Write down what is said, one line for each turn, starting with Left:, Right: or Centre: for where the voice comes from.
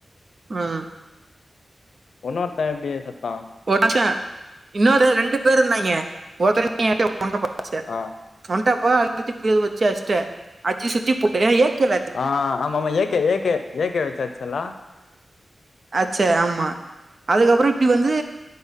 Right: உம்
Left: ஒன்ன ஒருத்தன் எப்டி செத்தா
Right: உடச்ச இன்னொரு ரெண்டு பேர் இருந்தாங்க ஒருத்தனு <unintelligible> போச்ச
Left: ஆ
Right: ஒன்டாப்பா அழுத்தி புடிய வச்சு அச்சேன் அச்சி சுத்தி புட்டேன் ஏன் ஏக்கென
Left: ஆ ஆம்மாம்மா ஏக்க ஏக்கே ஏகே வச்சு அச்சல்ல
Right: அடிச்ச ஆமா அதுக்கப்பறம் இப்டி வந்து